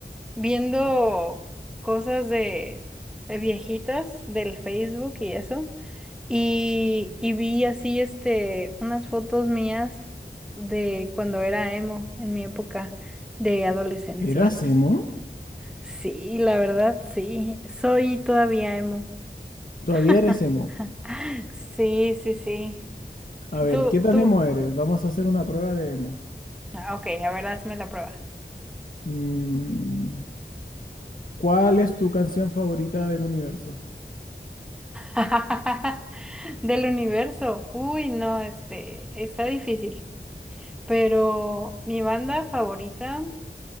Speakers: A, in the centre; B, on the left.
A: viendo cosas de de viejitas del Facebook y eso. Y, y vi así este unas fotos mías de cuando era emo, en mi época de adolescencia.
B: ¿Eras emo?
A: Sí, la verdad, sí. Soy todavía emo.
B: Todavía
A: <laughs>
B: eres emo.
A: Sí, sí, sí.
B: A ver,
A: Tú,
B: ¿qué tan
A: tú.
B: emo eres? Vamos a hacer una prueba de emo.
A: Ah, Ok, a ver, hazme la prueba.
B: Mm, ¿cuál es tu canción favorita del universo?
A: <laughs> Del universo. Uy, no, este, está difícil. Pero mi banda favorita,